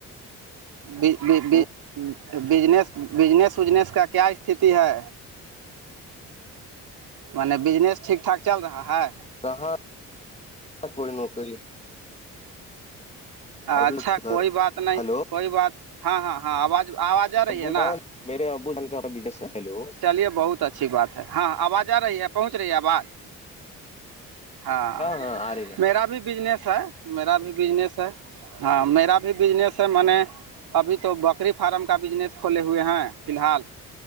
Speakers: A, on the right; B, on the left.
A: جس
B: ہیں
A: بجنس اجنس کا کیا استتی ہے مان بجنس ٹھ ٹھاک چل رہا ہے
B: کہاں کوئی نوکری ابھی
A: اچھا
B: کدھر
A: کوئی بات نہیں
B: ہلو
A: کوئی بات ہاں ہاں ہاں آواز آواز آ رہی
B: ابو
A: ہے
B: جان
A: نا
B: میرے ابو جان کالو
A: بتچا اچھی بات ہے ہاں آواز آ رہی ہے پہنچ رہی ہے آواز ہاں
B: ہاں آ رہی ہے
A: میرا بھی بجنس ہے میرا بھی بجنس ہے ہاں میرا بھی بزنس ہے میں نے ابھی تو بکری فارم کا بزنس کھولے ہوئے ہیں فی الحال